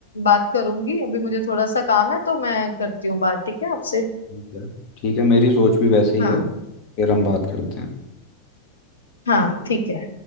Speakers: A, on the left; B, on the left.
A: बात करूंगी अभी मुझे थोड़ा सा काम है तो मैं करती हूँ बात ठीक है आपसे
B: ठीक है ठीक है मेरी सोच भी वैसे ही
A: हाँ
B: है फिर हम बात करते हैं
A: हाँ ठीक है